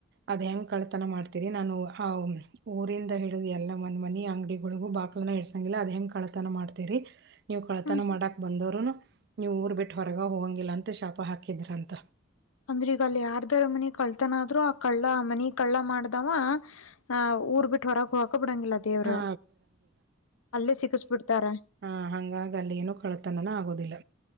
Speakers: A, on the right; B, on the left.
A: ಅದ್ ಹೆಂಗ ಕಳ್ತನ ಮಾಡ್ತೀರಿ ನಾನು ಆ ಊರಿಂದ ಹಿಡಿದು ಎಲ್ಲ ಮಂದ್ ಮನಿ ಅಂಗಡಿಗಳಿಗು ಬಾಕ್ಲನ ಇಡ್ಸಂಗಿಲ್ಲ ಅದ್ ಹೆಂಗ್ ಕಳತನ ಮಾಡ್ತರಿ ನೀವು ಕಳತನ
B: ಹ್ಮ್
A: ಮಾಡಕ್ ಬಂದೋರುನು ನೀವು ಊರ್ ಬಿಟ್ಟು ಹೊರಗ ಹೋಗಂಗಿಲ್ಲ ಅಂತ ಶಾಪ ಹಾಕಿದ್ರಂತ
B: ಅಂದ್ರ ಈಗ ಅಲ್ಲಿ ಯಾರ್ದಾರ ಮನ ಕಳ್ತನ ಆದ್ ಆ ಕಳ್ಳ ಮನಿ ಕಳ್ಳ ಮಾಡ್ದಾವ ಆ ಊರ್ ಬಿಟ್ಟು ಹೊರಗೆ ಹಕ ಬಿಡಂಗಿಲ್ಲ ದೇವರು
A: ಹಾ
B: ಅಲ್ಲೇ ಸಿಗಸ್ ಬಿಡ್ತಾರ
A: ಹಾ ಹಂಗಾಗಿ ಅಲ್ಲಿ ಏನು ಕಳತನನ ಆಗೋದಿಲ್ಲ